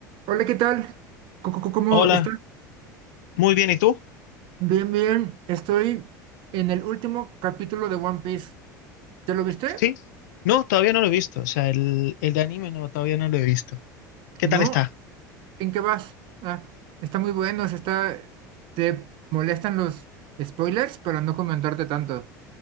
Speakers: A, on the right; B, on the left.
A: Hola, ¿qué tal? Co- co- co- ¿Cómo
B: Hola,
A: estás?
B: muy bien, ¿y tú?
A: Bien, bien. Estoy en el último capítulo de One Piece. ¿Ya lo viste?
B: ¿Sí? No, todavía no lo he visto, o sea, el, el de anime no, todavía no lo he visto. ¿Qué
A: ¿No?
B: tal está?
A: ¿En qué vas? Ah, está muy bueno. se está... ¿Te molestan los spoilers para no comentarte tanto?